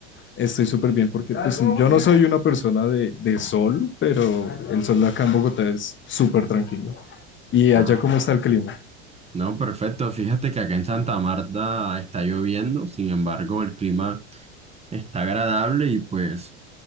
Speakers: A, on the left; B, on the right.
A: estoy súper bien porque pues, yo no soy una persona de, de sol, pero el sol acá en Bogotá es súper tranquilo. ¿Y allá
B: Ah.
A: cómo está el clima?
B: No, perfecto. Fíjate que acá en Santa Marta está lloviendo, sin embargo, el clima está agradable y pues,